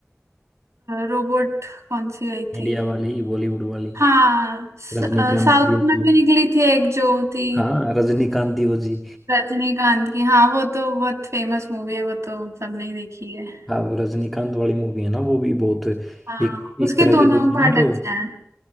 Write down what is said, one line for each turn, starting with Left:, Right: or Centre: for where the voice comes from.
Right: रोबोट कौन सी आई
Centre: इंडिया
Right: थी
Centre: वाली बॉलीवुड वाली
Right: हाँ स-
Centre: रजनीकांत
Right: अ, साउथ
Centre: दियो
Right: में
Centre: जी
Right: भी निकली थी एक जो थी
Centre: हाँ रजनीकांत दियो जी
Right: रजनीकांत की हाँ वो तो बहुत फेमस मूवी है वो तो सबने ही देखी है
Centre: हाँ रजनीकांत वाली मूवी है ना वो भी बहुत एक
Right: हाँ
Centre: एक
Right: उसके
Centre: तरह
Right: दोनों
Centre: से देखी
Right: पार्ट
Centre: ना तो
Right: अच्छे हैं